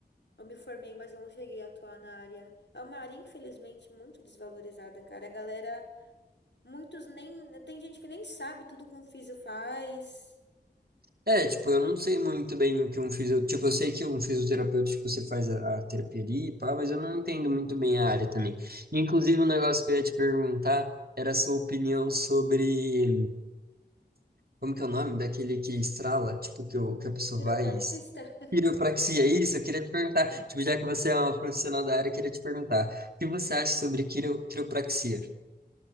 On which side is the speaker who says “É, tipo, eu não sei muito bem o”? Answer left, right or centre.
Right